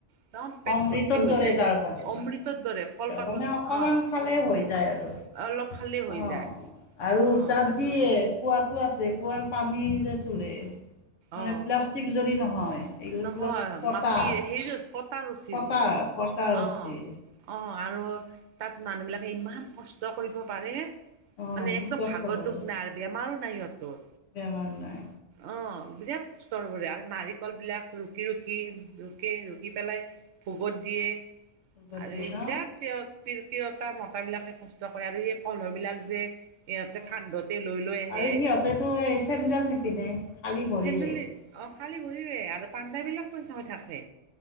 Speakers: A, on the right (about 70°); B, on the left (about 80°).
A: মানে একদম পেট
B: অমৃতৰ
A: ভৰ্তি হৈ
B: দৰে
A: যায়
B: তাৰ মানে
A: অমৃতৰ দৰে কলপাতত
B: মানে অকমান
A: অ',
B: খালে হৈ যায় আৰু
A: অলপ খালেই
B: অ'
A: হৈ যায়
B: আৰু
A: অঁ
B: তাত
A: তাৰপিছত
B: যিয়ে কুঁৱাতো আছে কুঁৱাৰ পানী যে তোলে মানে
A: অঁ
B: প্লাষ্টিক যদি নহয় এইগিল
A: নহয়
B: বিলাক পটা
A: মাটি হেৰি পতা ৰছীৰে
B: পতাৰ পতাৰ ৰচি
A: অঁ অঁ আৰু তাত মানুহ বিলাকে ইমান কষ্ট কৰিব পাৰে
B: অ'
A: মানে
B: বহুত
A: একদম
B: কষ্ট
A: ভাগৰ
B: কৰে
A: দুখ নাই বেমাৰো নাই সিহঁতৰ
B: বেমাৰ নাই
A: উ অ' বিৰাট কষ্ট কৰে আৰু নাৰিকল বিলাক ৰুকি ৰুকি ৰুকে ৰুকি পেলাই ভোগত দিয়ে
B: ৰ'দত
A: আৰু
B: দিয়ে ন
A: বিৰাট তেওঁ তিৰোতা মতাবিলাকে কষ্ট কৰে আৰু সেই কলহ বিলাক যে ইহতে
B: অ'
A: কান্ধতে লৈ লৈ আহে
B: আৰু সিহঁতেতো এই চেন্দেল নিপিন্ধে খালী ভৰিৰে
A: চেডেল অ', খালী ভৰিৰে আৰু পাণ্ডা বিলাকো হেৰি হৈ থাকে